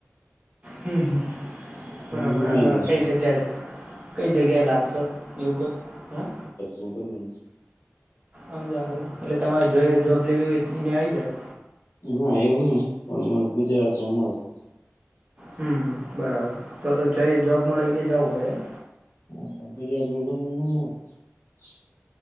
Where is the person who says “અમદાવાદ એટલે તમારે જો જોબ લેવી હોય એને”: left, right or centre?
Right